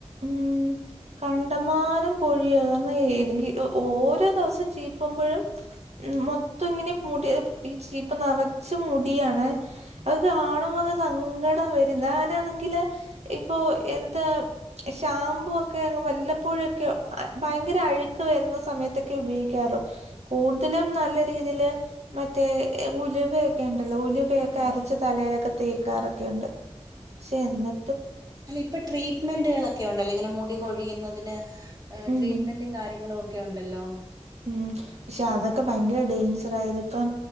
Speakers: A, on the right (about 80°); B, on the right (about 35°).
A: ഉം കണ്ടമാനം. കൊഴിയ ക ഓരോ ദിവസം ചീപ്പുമ്പോഴും. മൊത്തം ഇങ്ങനെ മു പ്പ ച്ചിപ് നറച്ചും മുടിയാണ് അത് കാണുമ്പോ സങ്കടം വരും. ന്ന അങ്ങനാണെങ്കില്. ഇപ്പൊ എന്താ ഷാമ്പൂ ഒക്കെ അങ്ങ് വല്ലപ്പോഴൊക്കെ ഭയങ്കര അഴുക്ക് വരുന്ന. സമയത്തൊക്കെ ഉപയോഗിക്കാ കൂടുതലും നല്ല രീതിൽ മറ്റേ ഉലൊക്ക ഉണ്ടല്ലോ? ക്കെ
B: ആഹ്
A: അരച്ച് തലയിലൊക്കെ തേക്കാറൊക്കെുണ്ട്. പക്ഷെ എന്നി
B: അല്ല ഇപ്പൊ ട്രീറ്റ്മെന്റുകളൊക്കെ കൊ ഉണ്ടല്ലോ ഇങ്ങനെ മുൂടി കൊൊഴിയുന്നതിന്
A: ഉം
B: ട്രീറ്റ്മെന്റും കാര്യങ്ങളും ഒക്കെ ഉണ്ടല്ലോ?
A: ഉ പക്ഷെ അതൊക്കെ ഭയങ്കര ഡേഞ്ചർ ആയത്. ഇപ്പം